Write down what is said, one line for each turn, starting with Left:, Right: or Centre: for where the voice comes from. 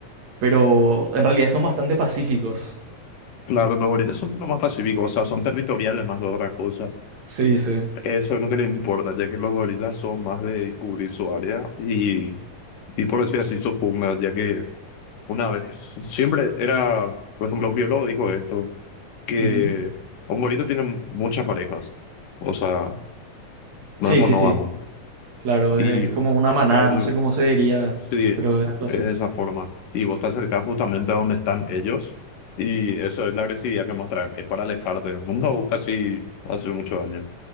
Right: pero en realidad son bastante pacíficos.
Left: Claro, los gorilas son lo más pacíficos, o sea, son territoriales más que otra cosa.
Right: Sí, sí.
Left: Eso es lo que les importa, ya que los gorilas son más de descubrir su área y, y por así decir, su jungla, ya que Una vez, siempre era, por ejemplo, un biólogo dijo esto, que
Right: Ujú.
Left: un gorila tiene muchas parejas, o sea, no
Right: Sí,
Left: es monógamo,
Right: sí, sí. Claro,
Left: y
Right: es, es como una manada,
Left: él,
Right: no sé cómo se diría,
Left: sí,
Right: pero
Left: es
Right: es algo
Left: de
Right: así.
Left: esa forma, y vos te acercás justamente a donde están ellos, y eso es la agresividad que mostrar, es para alejarte, nunca buscas si va a hacer mucho daño.